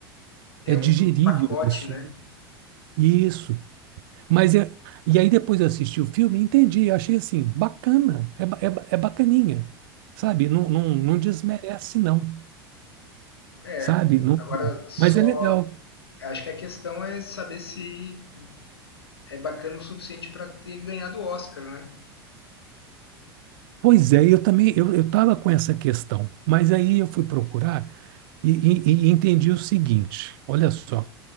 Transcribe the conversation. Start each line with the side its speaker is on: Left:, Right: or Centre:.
Left: É
Right: é digerível
Left: um pacote,
Right: isso,
Left: né?
Right: né? Isso. Mas é, e aí depois eu assisti o filme e entendi, achei assim, bacana, é, ba- é, ba- é bacaninha, sabe? Não, não, não desmerece não,
Left: É.
Right: sabe? Não,
Left: Agora só
Right: mas é legal.
Left: acho que a questão é saber se é bacana o suficiente para ter ganhado o Oscar, né?
Right: Pois é, eu também, eu, eu tava com essa questão, mas aí eu fui procurar e, e- e entendi o seguinte, olha só,